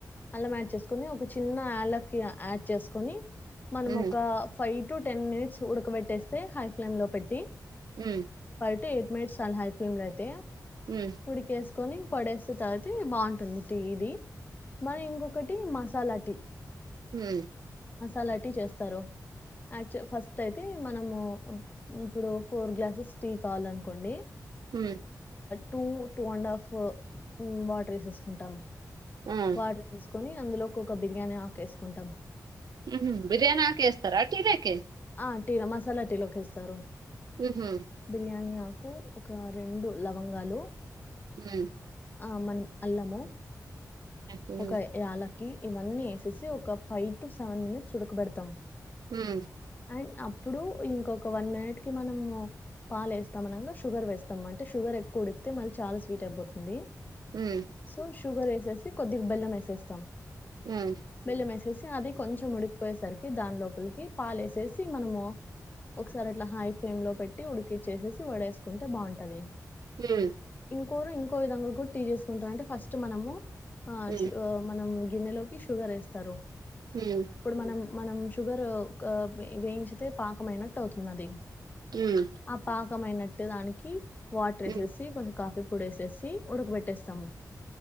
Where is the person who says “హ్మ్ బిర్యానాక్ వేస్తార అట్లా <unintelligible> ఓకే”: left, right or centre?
Right